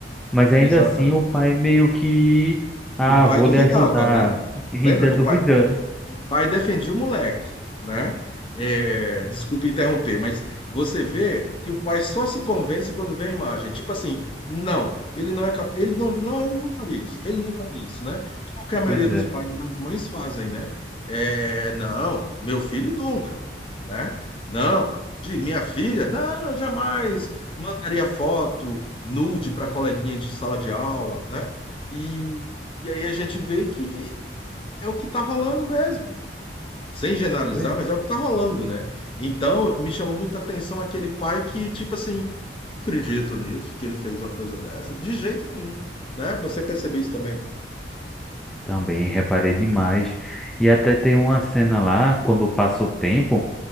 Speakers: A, in the centre; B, on the left.
A: Mas ainda
B: Exatamente.
A: assim o pai meio que, ah,
B: O pai
A: vou
B: duvidava,
A: lhe ajudar,
B: né?
A: e ainda
B: Lembra que
A: duvidando.
B: o pai o pai defendia o moleque, né? É, desculpe interromper, mas você vê que o pai só se convence quando vê a imagem. Tipo assim, não, ele não é capaz, ele não, não, ele não faria isso, ele não faria isso, né? Que é o que a maioria
A: Pois
B: dos
A: é.
B: pais e das mães fazem, né? É, não, meu filho nunca, né? Não, de minha filha, não, eu jamais mandaria foto nude para coleguinha de sala de aula, né? E, e aí a gente vê que é o que está rolando mesmo sem generalizar,
A: Pois.
B: mas é o que está rolando, né? Então, me chamou muita atenção aquele pai que, tipo assim, acredito nisso, que ele fez uma coisa dessa, de jeito nenhum, né? Você percebeu isso também?
A: Também reparei demais. E até tem uma cena lá, quando passa o tempo,